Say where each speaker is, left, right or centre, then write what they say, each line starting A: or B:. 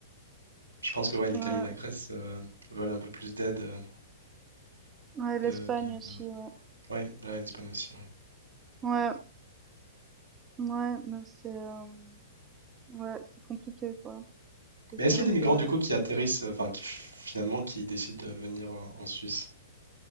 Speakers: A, on the right (about 85°); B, on the right (about 20°).
A: je pense que ouais, l'Italie
B: ouais,
A: et la Grèce euh, veulent un peu plus d'aide. euh,
B: ouais, l'Espagne
A: de, de-
B: aussi.
A: de-
B: Ouais,
A: Ouais, ouais, l'Espagne aussi. ouais.
B: ouais, ouais, mais c'est, euh, ouais, c'est compliqué, quoi. Parce que
A: Mais
B: c'est
A: est-ce qu'il
B: un
A: y a des migrants
B: peu. euh,
A: du coup qui atterrissent, euh, enfin qui f- finalement qui décident de venir en en Suisse?